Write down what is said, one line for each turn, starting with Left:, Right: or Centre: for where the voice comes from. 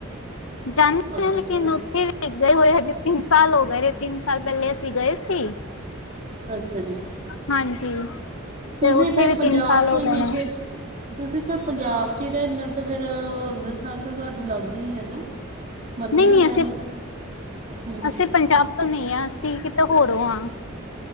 Left: ਜਾਂਦੇ
Right: ਅੱਛਾ-ਅੱਛਾ,
Left: ਹਾਂ ਲੇਕਿਨ ਉੱਥੇ ਵੀ ਗਏ ਹੋਏ ਹੈਗੇ ਤਿੰਨ ਸਾਲ ਹੋ ਗਏ, ਤਿੰਨ ਸਾਲ ਪਹਿਲੇ ਅਸੀ ਗਏ ਸੀ
Right: ਅੱਛਾ ਜੀ
Left: ਹਾਂਜੀ
Right: ਤੁਸੀ
Left: ਤੇ ਉੱਥੇ
Right: ਫਿਰ
Left: ਵੀ
Right: ਪੰਜਾਬ
Left: ਸਾਲ
Right: 'ਚ
Left: ਹੋ ਗਏ
Right: ਨਸ਼ੇ-
Left: ਨੇ
Right: ਤੁਸੀ 'ਚ ਪੰਜਾਬ 'ਚ ਹੀ ਰਹਿੰਦੇ ਹੋ ਤਾਂ ਫੇਰ, ਅੰਮ੍ਰਿਤਸਰ ਤਾਂ ਤੁਹਾਡੇ ਲਾਗੇ ਹੀ ਹੈ ਨਾ- ਮੰਨਿਆ
Left: ਨਹੀਂ ਨਹੀਂ
Right: ਮੈਂ
Left: ਅਸੀਂ
Right: ਹਮ, ਹਮ
Left: ਅਸੀਂ ਪੰਜਾਬ ਨਹੀਂ ਆ, ਅਸੀਂ ਕਿਤੇ ਹੋਰੋਂ ਹਾਂ